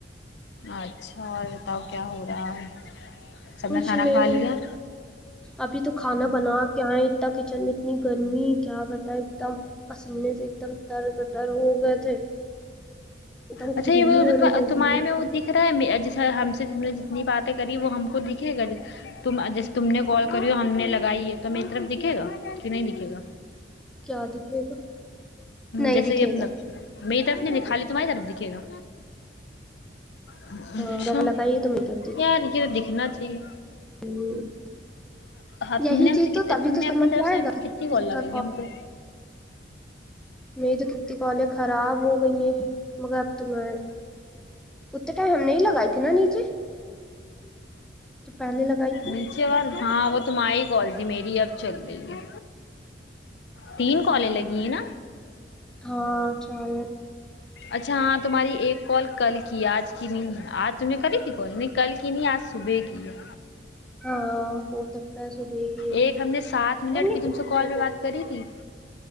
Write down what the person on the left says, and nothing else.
اچھا اور بتاؤ کیا ہو رہا ہے سب
نے کھانا
کھا لیا
اچھا
یہ وہ
تمہارے
میں وہ دکھ رہا ہے جیسے ہم نے جتنی باتیں کری وہ ہم کو دکھے گا ت جیسے تم نے کال کری ہو ہم نے لگائی ہے تو میری طرف دکھے گا کہ نہیں دکھے گا
جیسے
کہ اپنا
میری طرف نہیں تھی خالی تمہاری طرف د دکھیگا اچھا
یار
یہ تو دکھنا چاہیے
ہاں
تم نے ہم
سے
تم
نے
اپنی طرف
سے
کتنی کال
لگائی
ہے ہم کو
نیچے وال ہاں وہ تمہاری کال ت میری اب چل رہئی ہے تین کالے لگی ہیں نا
اچھا ہاں تمہاری ایک کال کل کی ہے آج کی نہیں ہے آج تمہیں کرے گی کال نہیں کل کی نہیں آج صبح کی ہے
ایک ہم نے سات
منٹ
کی تم سے
کال پہ
بات کری تھی